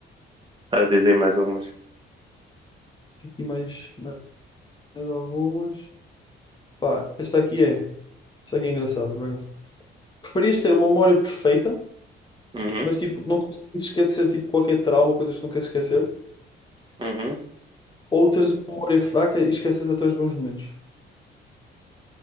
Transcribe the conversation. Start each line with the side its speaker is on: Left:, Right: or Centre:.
Right: a dizer mais algumas.
Left: tem aqui mais, mais algumas. Pá, esta aqui é. Esta aqui é engraçada, por acaso. Preferias ter uma memória perfeita,
Right: Uhum,
Left: mas tipo, não consegues esquecer tipo, qualquer trauma ou coisas que não queres esquecer,
Right: uhum.
Left: ou teres uma memória fraca e esqueces até os bons momentos.